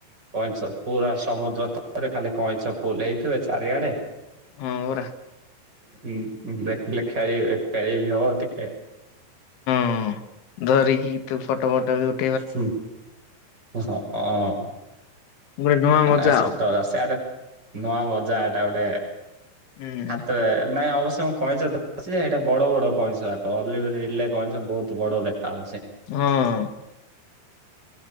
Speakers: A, on the right; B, on the left.
A: କଇଁଛ ପୁରା ସମୁଦ୍ର ଥରେ ଖାଲି କଇଁଛ ଫୁଲ ହେଇଥିବେ ଚାରିଆଡେ
B: ହଁ ହରା।
A: ହୁଁ ଦେଖଥିଲେ ଖେଳିବ ଖେଳିବି ହବ ଟିକେ
B: ହଁ ଧରିକି ଟୁ ଫଟୋ ଫଟ ବି ଉଠ
A: <unintelligible> ହ ହଁ
B: ଗୋଟେ ନୂଆ ମଜା
A: ନ ସପତା
B: ଆଉ।
A: ସେଦ <unintelligible> ନୂଆ ମଜା ଏଟା ଗୋଟେ
B: ହୁଁ
A: ହାତରେ ନାଇଁ ଅବଶ୍ୟ କଇଁ ତ ସେଇଟା ବଡ଼ ବଡ଼ କଇଁସ ଆକ ଅଲିଗ ିଲେ <unintelligible> କଇଁସ ବହୁତ ବଡ଼ ଦେଖାହେଉଛି।
B: ହଁ।